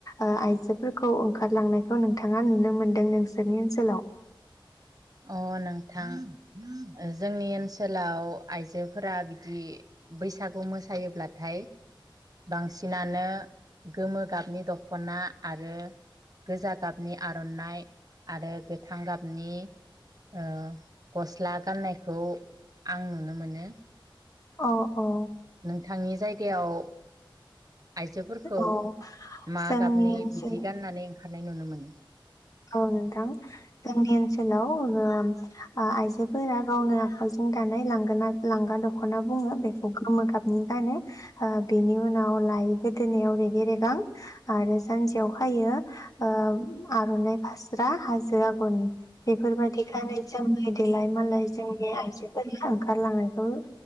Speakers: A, on the left; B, on the right.
A: ओ आइजोफोरखौ ओंखारलांनायखौ नोंथाङा नुनो मोनदों नोंसोरनि ओनसोलाव?
B: अ नोंथां ओ जोंनि ओनसोलाव आइजोफोरा बिदि बैसागु मोसायोब्लाथाय बांसि सिनानो गोमो गाबनि दख'ना आरो गोजा गाबनि आर'नाइ आरो गोथां गाबनि ओ गस्ला गाननायखौ आं नुनो मोनो।
A: अ औ
B: थांनि जायगायाव आइजोफोरखौ
A: औ
B: मा
A: जोंनि
B: गाबनि
A: ओनसोल
B: बिदि गाननानै ओंखारनाय नुनो मोनो?
A: औ नोंथां जोंनि ओनसोलाव ओम आ आइजोफोरा गावनो आखाइजों दानाय लांगोना लांगा दख'ना बुङो बे खौ गोमो गाबनि गानो ओ बिनि उनाव लायो गोदोनायाव रेगे रेगां आरो जानजियाव खायो ओ आर'नाइ फास्रा हाजो आ गरनि बेफोरबायदि गानै जोमै देलाय मालाय जोंनि आइजोफोरनि ओंखारलांनायखौ